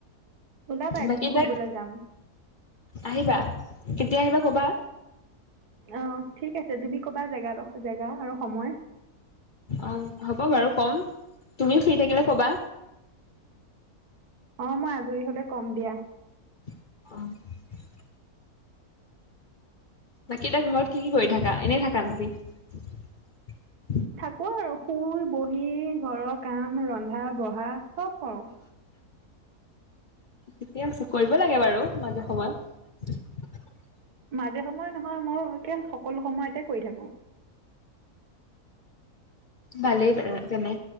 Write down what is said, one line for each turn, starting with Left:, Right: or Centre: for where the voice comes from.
Right: ওলাবা এদিন
Left: বাকী
Right: ফুৰিবলৈ
Left: তাত
Right: যাম
Left: আহিবা কেতিয়া আহিবা ক'বা
Right: অ ঠিক আছে তুমি কবা জেগাডখ জেগা আৰু সময়।
Left: অ হ'ব বাৰু কম তুমি ফ্ৰী থাকিলে ক'বা।
Right: অ মই আজৰি হলে কম দিয়া।
Left: <inaudible> বাকী এ তাই ঘৰত কি কি কৰি থাকা এনেই থাকা নেকি। <unintelligible>
Right: থাকো আৰু শুই বহি ঘৰৰ কাম ৰন্ধা বঢ়া চব কৰো।
Left: ঠিকে আছে কৰিব লাগে বাৰু মাজে সময়। <unintelligible>
Right: মাজে সময়ে নহয় মইকে সকলো সময়তে কৰি থাকো। <unintelligible>
Left: ভালেই প তেনে।